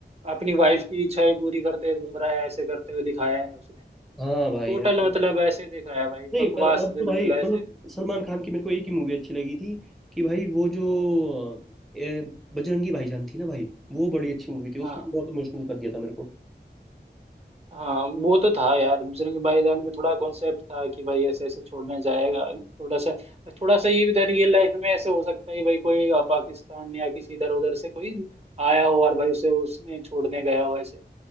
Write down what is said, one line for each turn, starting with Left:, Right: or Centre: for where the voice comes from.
Right: अपनी वाइफ की इच्छाएं पूरी करते हुए घूम रहा है ऐसे करते हुए दिखाया है उसने
Centre: हाँ भाई
Right: टोटल
Centre: हाँ।
Right: मतलब ऐसे दिखाया है भाई
Centre: नहीं
Right: बकवास
Centre: पर अब
Right: बिल्कुल
Centre: तो भाई
Right: ऐसे
Centre: मतलब सलमान खान की मेरे को एक ही मूवी अच्छी लगी थी कि भाई वो जो
Right: हाँ
Centre: अ, ए, बजरंगी भाईजान थी ना भाई वो बड़ी अच्छी मूवी थी
Right: हाँ
Centre: उसने बहुत इमोशनल कर दिया था मेरे को
Right: हाँ, वो तो था यार बजरंग भाईजान में थोड़ा कॉन्सेप्ट था कि भाई ऐसे ऐसे छोड़ने जाएगा थोड़ा सा थोड़ा सा ये भी था रियल लाइफ में ऐसे हो सकता है कि भाई कोई अ, पाकिस्तान या किसी इधर उधर से कोई आया हो और भाई उसे उसने छोड़ने गया हो ऐसे